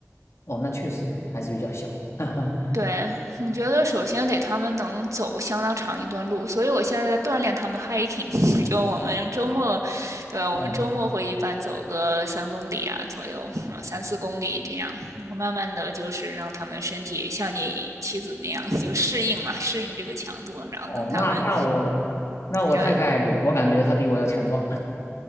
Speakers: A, on the left; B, on the right.
A: 哦，那确实还是比较小，<laughs> 哈哈，
B: 对，我觉得首先得他们能走相当长一段路，所以我现在在锻炼他们 hiking，<laughs> 就我们周末，对我们周末会一般走个三公里啊左右，
A: 嗯
B: 啊三四公里这样，
A: 嗯，
B: 我慢慢的就是让他们身体像你妻子那样就适应嘛，适应这个强度，然后等他们
A: 哦，那那我那我太太，
B: 对
A: 我感觉她比我要强壮，